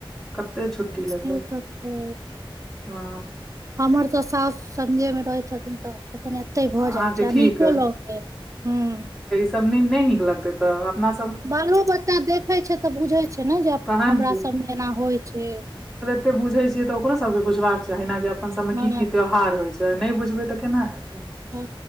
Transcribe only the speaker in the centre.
कते छुट्टी लेबै
हँ
अहाँके
ठीक
सबनी <unintelligible> नै निक लगतै तऽ अपना सब
तहन
कते बुझे छियै तऽ ओकरो सब के बुझबाक चाही ने जे अपन सब मे
की की त्यौहार होय छै नहि बुझबै तऽ केना हेतै